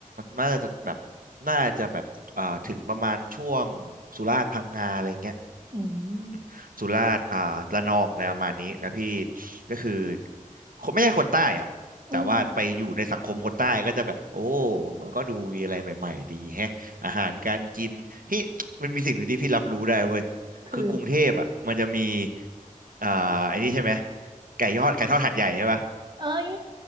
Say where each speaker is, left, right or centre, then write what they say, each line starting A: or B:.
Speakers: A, on the right; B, on the right.
A: น่าจะแบบน่าจะแบบเอ่อถึงประมาณช่วงสุราษฎร์พังงาอะไรเงี้ย
B: อืม
A: <coughs> สุราษฎร์อ่าระนองอะไรประมาณนี้แล้วพี่ก็คือคนไม่ใช่คนใต้อะแต่ว่าไปอยู่ในสังคมคนใต้ก็จะแบบโอ้
B: อืมอืม
A: มันก็ดูมีอะไรใหม่ๆดีแฮะอาหารการกินพี่ <tsk> มันมีสิ่งหนึ่งที่พี่รับรู้ได้เว้ยคือกรุงเทพอ่ะมันจะมี
B: คือ
A: อ่าไอ้นี่ใช่ไหมไก่ยอดไก่ทอดหัดใหญ่ใช่ปะ
B: เอ้ย